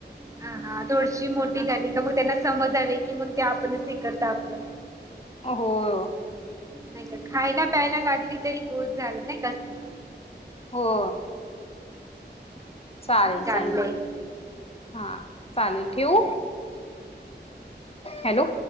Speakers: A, on the right (about 15°); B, on the left (about 35°).
A: हा हा तुळशी मो ली का मग त्यांना समजा की मग ते आपणच हे करत आपलं.
B: हो हो.
A: नाही का खायला प्यायला लागली तरी बोध झालं नाही कसं.
B: हो. चालेल
A: चांगलंय
B: चालेल हा चालेल. ठेऊ हॅलो.